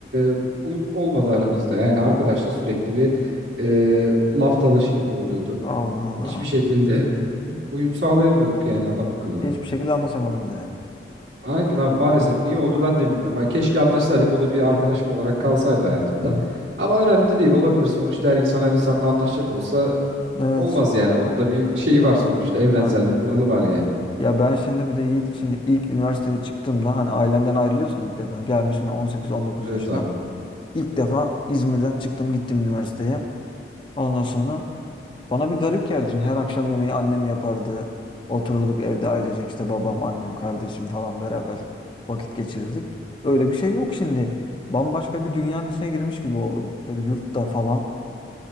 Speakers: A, on the right (about 80°); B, on the left (about 30°).
A: e, uyum olmadı aramızda. Yani arkadaşla sürekli bir e, laf dalaşı gibi oluyordu.
B: Allah Allah.
A: Hiçbir şekilde uyum sağlayamıyorduk yani adam akıllı.
B: Hiçbir şekilde anlaşamadınız yani.
A: Aynen abi maalesef niye oldu ben de bilmiyorum. Hani keşke anlaşsaydık o da bir arkadaşım olarak kalsaydı hayatımda.
B: Hı hı.
A: Ama önemli de değil olabilir sonuçta her insan her insanla anlaşacak olsa
B: Evet.
A: olmaz yani. Onun da bir şeyi var sonuçta evrensel
B: Aynen.
A: bir kuralı var yani.
B: Ya ben şimdi bir de Yiğit için ilk üniversiteye çıktığımda hani ailenden ayrılıyorsun ilk defa. Gelmişim ben 18-19
A: Evet
B: yaşına.
A: abi.
B: İlk defa İzmir'den çıktım gittim üniversiteye. Ondan sonra Bana bir garip geldi. Şimdi her akşam yemeği annem yapardı. Otururduk evde ailecek işte babam, annem, kardeşim falan beraber vakit geçirirdik. Öyle bir şey yok şimdi. Bambaşka bir dünyanın içine girmiş gibi oldum. Böyle yurtta falan.